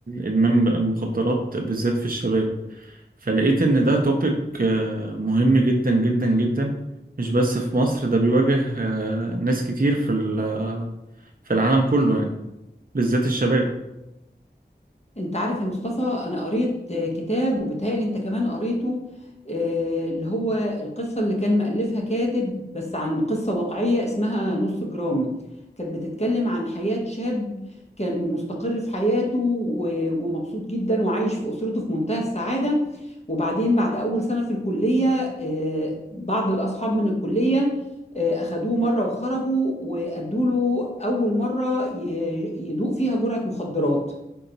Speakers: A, on the right; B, on the left.
A: إدمان المخدرات بالذات في الشباب فلقيت إن ده توبيك مهم جدا جدا جدا مش بس في مصر ده بيواجه آه، ناس كتير في ال- في العالم كله يعني بالذات الشباب
B: انت عارف يا مصطفى انا قريت آه، كتاب وبيتهيألي انت كمان قريته آه، اللي هو القصة اللي كان مألفها كاتب بس عن قصة واقعية اسمها نص جرام كانت بتتكلم عن حياة شاب كان مستقر في حياته و- ومبسوط جدا وعايش في أسرته في منتهى السعادة وبعدين بعد أول سنة في الكلية آه، بعض الأصحاب من الكلية آه، أخدوه مرة وخرجوا وأدوا له أول مرة ي- يدوق فيها جرعة مخدرات